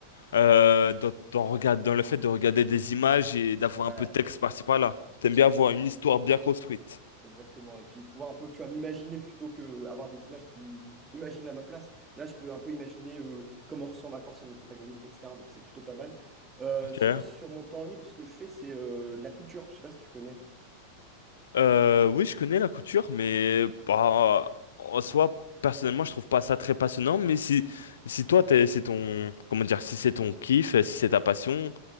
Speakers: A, on the left; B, on the right.
A: Euh, dans, dans regard- dans le fait de regarder des images et d'avoir
B: Ouais,
A: un peu de texte par-ci par-là. T'aimes
B: c'est ça.
A: bien avoir une histoire bien construite.
B: Exactement. Et puis pouvoir un peu, tu vois, m'imaginer plutôt que euh, avoir des images qui imaginent à ma place. Là, je peux un peu imaginer euh, comment ressemble, à quoi ressemble le protagoniste, etc. Donc c'est plutôt pas mal. Euh,
A: Ok.
B: sinon, sur mon temps libre, ce que je fais, c'est euh, de la couture. Je sais pas si tu connais.
A: Euh, oui, je connais la couture, mais bah, en soi, personnellement, je trouve pas ça très passionnant. Mais si, si toi, t'es- c'est ton, comment dire, si c'est ton kiff, si c'est ta passion,